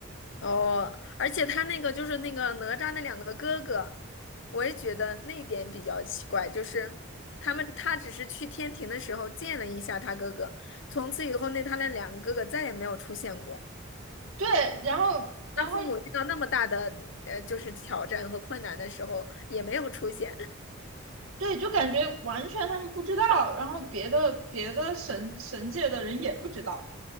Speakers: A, on the left (about 55°); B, on the right (about 75°).
A: 哦，而且他那个就是那个哪吒那两个哥哥，我也觉得那点比较奇怪，就是他们他只是去天庭的时候见了一下他哥哥，从此以后那他那两个哥哥再也没有出现过。
B: 对，然后然后
A: 他父母遇到那么大的呃就是挑战和困难的时候也没有出现。<laughs>
B: 对，就感觉完全他们不知道，然后别的别的神神界的人也不知道，